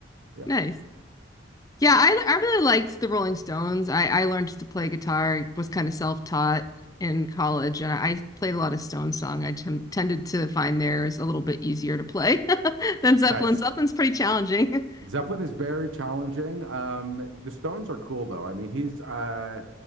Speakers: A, on the right; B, on the left.
A: Yeah.
B: nice. Yeah, I I really liked the Rolling Stones. I I learned to play guitar, was kind of self-taught in college, and I played a lot of Stones song. I tem- tended to find theirs a little bit easier to play <laughs> than Zeppelin.
A: Nice.
B: Zeppelin's pretty challenging.
A: Zeppelin is very challenging. Um, the Stones are cool though. I mean, he's uh,